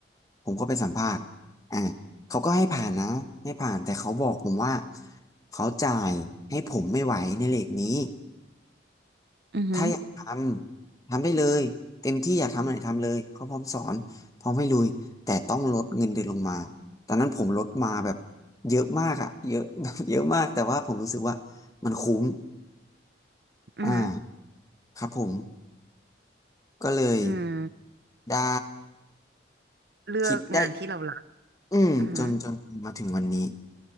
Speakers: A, on the left; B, on the right.
A: ผมก็ไปสัมภาษณ์อ่าเขาก็ให้ผ่านนะให้ผ่าน แต่เขาบอกผมว่าเขาจ่ายให้ผมไม่ไหวในเลทนี้
B: อือือ
A: ถ้าอยากทำทำได้เลยเต็มที่อยากทำอะไรทำเลยเขาพร้อมสอนพร้อมให้ลุยแต่ต้องลดเงินเดือนลงมาตอนนั้นผมลดมาแบบเยอะมากอะเยอะ <laughs> แบบเยอะมากแต่ว่าผมรู้สึกว่ามันคุ้มอ่า
B: ือือ
A: ครับผมก็เลย
B: ืม
A: ได้
B: เลือกงานที่เรารัก
A: คิดได้อืมจนจนมาถึงวันนี้
B: อือฮึอ